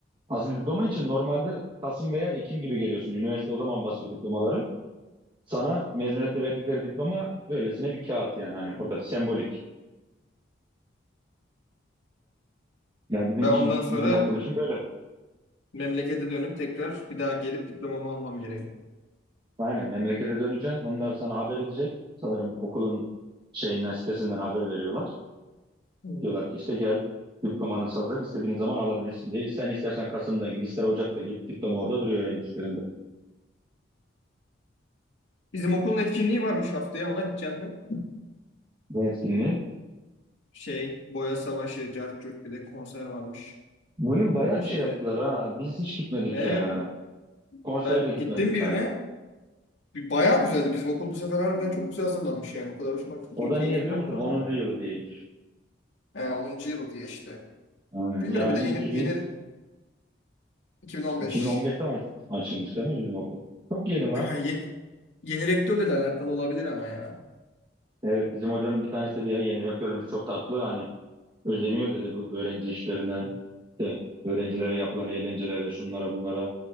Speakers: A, on the right; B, on the left.
A: Asıl diploma için normalde Kasım veya Ekim gibi geliyorsun. Üniversite o zaman basıyor diplomaları. Sana mezuniyette verdikleri diploma öylesine bir kağıt yani hani orada sembolik. Yani bizim
B: Ben
A: için
B: ondan sonra
A: bizim okul için böyle.
B: memlekete dönüp tekrar bir daha gelip diplomamı almam gerekiyor.
A: Aynen memlekete döneceksin. Onlar sana haber edecek. Sanırım okulun şeyinden sitesinden haber veriyorlar.
B: Hmm.
A: Diyorlar ki işte gel diplomanız hazır istediğin zaman alabilirsin diye. Sen istersen Kasım'da git ister Ocak'ta git diploma orada duruyor öğrencilerinde.
B: Bizim okulun etkinliği varmış haftaya ona gideceğim ben.
A: Ne etkinliği?
B: Şey, boya savaşı, cart curt bir de konser varmış
A: Bu yıl
B: okulda
A: bayağı bir
B: şeyde.
A: şey yaptılar ha. Biz hiç gitmedik
B: Ee,
A: ya. Konsere
B: ben
A: de gitmedim
B: gittim birine.
A: ben.
B: Bir- Bayağı güzeldi. Bizim okul bu sefer harbiden çok güzel hazırlanmış yani. O kadar hoşuma gitti
A: O
B: ki
A: da
B: keyifli
A: niye biliyor
B: bir ortam
A: musun? Onuncu
B: vardı.
A: yılı diyeymiş.
B: He, 10. yıl diye işte.
A: Aynen.
B: Bilmiyorum
A: Yani
B: bir de yeni,
A: 2000,
B: yeni 2015.
A: 2015'te aç- açılmış değil mi bizim okul? Çok yeni lan.
B: Ha, yeni, yeni rektörle de alakalı olabilir ama ya.
A: Evet bizim hocanın bir tanesi dedi ya yeni rektörümüz çok tatlı. Hani özeniyor dedi bu öğrenci işlerine. De, öğrencilere yapılan eğlencelere şunlara bunlara.